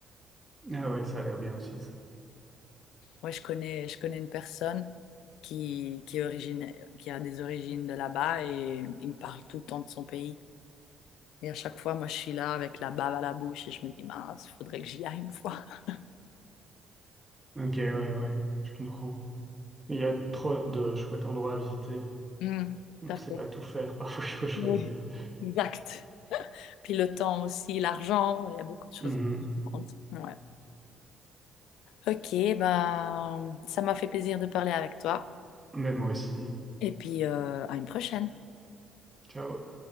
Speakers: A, on the right; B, on the left.
A: Ah ouais, ça a l'air bien aussi, ça.
B: Moi, je connais, je connais une personne qui, qui, est originaire- qui a des origines de là-bas et il me parle tout le temps de son pays. Et à chaque fois, moi, je suis là avec la bave à la bouche et je me dis, mince, faudrait que j'y aille une fois. <laughs>
A: Ok, ouais, ouais, je comprends. Il y a trop de chouettes endroits à visiter.
B: Hmm.
A: On
B: Tout
A: ne
B: à
A: sait
B: fait.
A: pas tout faire, <laughs> parfois il faut choisir.
B: Oui. Exact. Puis le temps aussi, l'argent, il y a beaucoup de choses
A: Mhm.
B: à prendre en compte. Ouais. Ok, ben, ça m'a fait plaisir de parler avec toi.
A: Mais moi aussi.
B: Et puis, euh, à une prochaine.
A: Ciao.